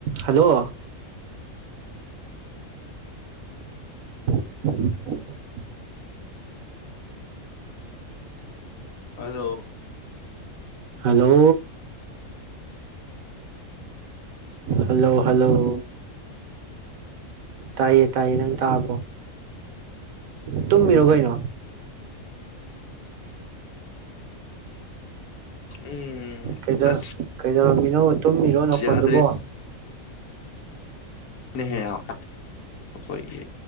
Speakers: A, on the right; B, on the left.
A: hello <inaudible>
B: hello
A: hello hello hello ꯇꯥꯏꯌꯦ ꯇꯥꯏꯌꯦ ꯅꯪ ꯇꯥꯕꯔꯣ ꯇꯨꯝꯃꯤꯔꯣ ꯀꯩꯅꯣ
B: ꯎꯝ
A: ꯀꯩꯗ
B: ꯑꯁ
A: ꯀꯩꯗꯧꯔꯝꯃꯤ <unintelligible> ꯇꯨꯝꯃꯤꯔꯣ ꯅꯈꯣꯟꯗꯨꯕꯣ
B: ꯌꯥꯗ꯭ꯔꯦꯅꯦꯍꯦ <unintelligible> ꯑꯈꯣꯏꯒꯤ